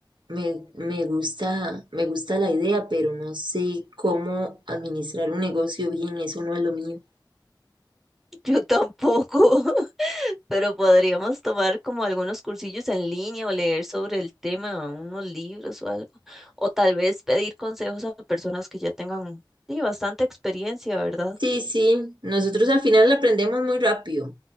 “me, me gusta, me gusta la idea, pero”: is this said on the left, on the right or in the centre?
Right